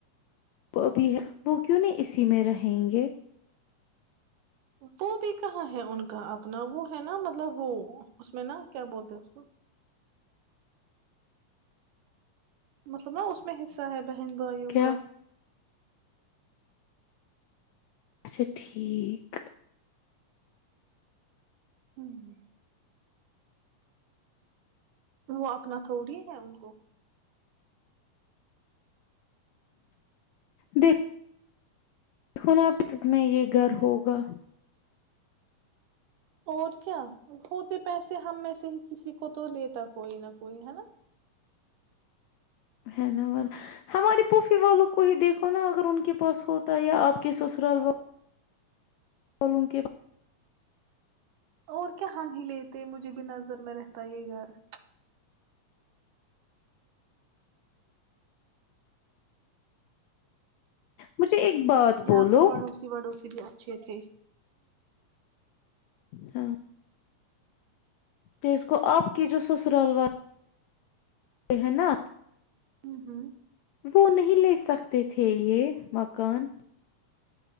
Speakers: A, on the left (about 80°); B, on the right (about 80°).
A: وہبھی ہے وہ کیوں نہیں اسی میں رہیں گے
B: وہ بھی کہاں ہے ان کا اپنا وہ ہے نا مطلب وہ اس میں نا کیا بولتے اس کو مطلب نا اس میں حصہ ہے بہن بھائیوں
A: کیا
B: کا
A: اچھا ٹھیک
B: ہوں <inaudible> وہ اپنا تھوڑی ہے ان کو
A: دیک ن آپ ت میں یہ گھر ہوگا
B: اور کیا ہوتے پیسے ہم میں سے ہی کسی کو تو لیتا کوئی نہ کوئی ہے نا
A: ہے نا اور ہماراری پھوپھی والوں کو ہی دیکھو نا اگر ان کے پاس ہوتا ہے یا آپ کے سسرال وال <unintelligible>
B: اور کیا ہم ہی لیتے مجھے بھی نظر میں رہتا یہ گھر
A: مجھے ایک بات
B: یہاں
A: بولو
B: پہ پڑوسی وڑوسی بھی اچھے تھے
A: ہاں تو اس کو آپ کی جو سسرال وال ے ہے نا
B: ہوں ہوں
A: وہ نہیں لے سکتے تھے یہ مکان